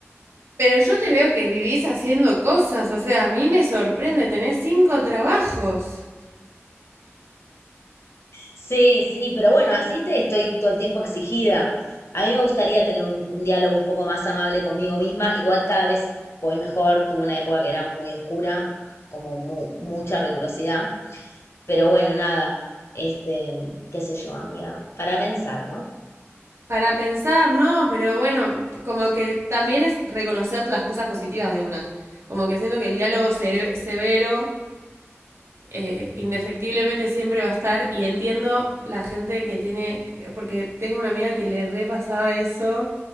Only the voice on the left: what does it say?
Sí, sí, pero bueno, así te estoy todo el tiempo exigida. A mí me gustaría tener un, un diálogo un poco más amable conmigo misma. Igual cada vez voy mejor. Tuve una época que era muy oscura, como mu- mucha rigurosidad. Pero bueno, nada. Este, qué sé yo, amiga. Para pensar, ¿no?